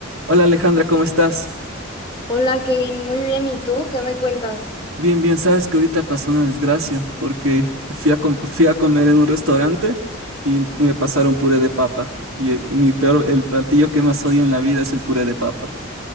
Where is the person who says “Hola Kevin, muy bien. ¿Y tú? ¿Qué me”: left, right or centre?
Left